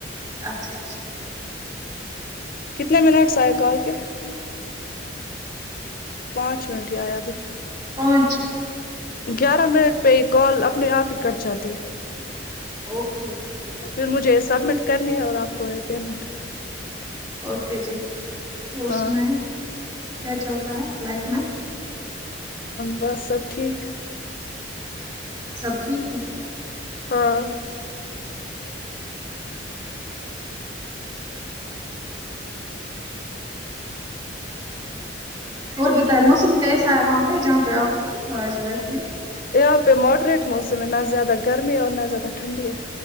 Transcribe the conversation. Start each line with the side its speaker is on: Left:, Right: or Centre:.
Right: اچھا اچھا
Left: کتنے منٹس آئے کال کے پانچ منٹ ہی آیا ابھائی
Right: پانچ
Left: گیارہ منٹ پہ یہ کال اپنے آپ ہی کٹ جاتی ہے
Right: اوکے
Left: پھر مجھے سبمٹ کرنی ہے اور آپ کو یہ پیمنٹ
Right: اوکے جی اور
Left: ہاں
Right: سنائیں کیا چل رہا ہے لائف میں
Left: بس سب ٹھیک
Right: سب ٹھیک ہے
Left: ہاں
Right: اور بتائے موسم کیسا ہے وہاں پہ جہاں پہ آپ آج رہتے ہیں
Left: یہاں پہ ماڈریٹ موسم ہے نہ زیادہ گرمی ہے اور نہ زیادہ ٹھنڈی ہے